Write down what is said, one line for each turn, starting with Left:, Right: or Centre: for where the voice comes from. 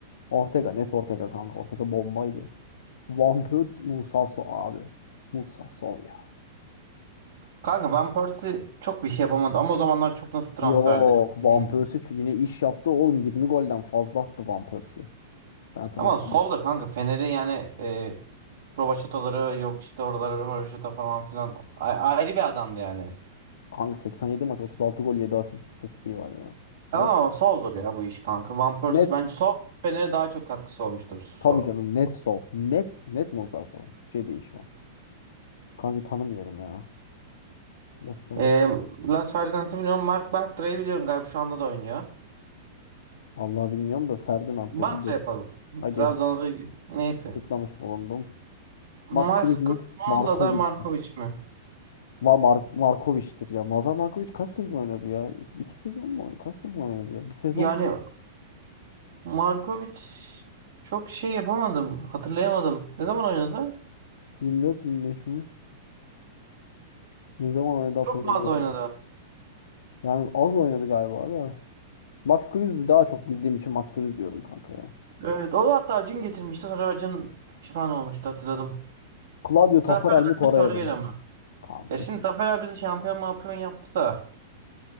Left: Ortega net Ortega kanka. Ortega bombaydı. Van Persie Musa Sow abi. Musa Sow ya.
Right: Kanka Van Persie çok bir şey yapamadı ama o zamanlar çok nasıl transferde
Left: Yok
Right: çok Hmm.
Left: Van Persie çünkü yine iş yaptı oğlum. 20 golden fazla attı Van Persie. Ben sana
Right: ama
Left: söyleyeyim.
Right: Sol da kanka Fener'in yani e, Rovaşatoları yok işte oraları Rovaşata falan filan A- ayrı bir adamdı yani.
Left: Kanka 87 maç 36 gol 7 asist istatistiği var ya.
Right: Ama
Left: Yok
Right: Sol'dur ya bu iş kanka. Van Persie
Left: net
Right: bence Sol Fener'e daha çok katkısı olmuştur. Sol.
Left: tabii canım net Sow. Net net Musa Sow. Hiçbir şey değişmez. Kanka tanımıyorum ya. Resmen.
Right: E, Las Ferdinand'ı biliyorum. Mark Bartra'yı biliyorum galiba şu anda da oynuyor.
Left: Allah bilmiyorum da Ferdinand
Right: Bartra
Left: dedim geçtim.
Right: yapalım.
Left: Aga
Right: Trabzon'da neyse.
Left: tıklamış bulundum. Max
Right: Max
Left: Kruse
Right: Kruse
Left: mü? Markovic
Right: mu Lazar Markovic
Left: mi?
Right: mi?
Left: Va Mar Markovic'tir ya. Mazar Markovic kaç sezon oynadı ya? İki sezon mu? oynadı? Kaç sezon oynadı ya? Bir sezon
Right: Yani Markovic çok şey yapamadım. Hatırlayamadım. Ne zaman oynadı?
Left: 24-25 mi? Ne zaman oynadı hatırlamıyorum.
Right: Çok fazla oynadı.
Left: Yani az oynadı galiba da. Max Kruse'ü daha çok bildiğim için Max Kruse diyorum kanka ya.
Right: Evet, o da hatta Acun getirmişti. Sonra Acun pişman olmuştu hatırladım.
Left: Claudio Taffarel
Right: Taferel
Left: mi Torreira
Right: mi Torreira
Left: mı?
Right: mı?
Left: Kanka.
Right: Ya şimdi
Left: şimdi.
Right: Taferel bizi şampiyon mampiyon yaptı da.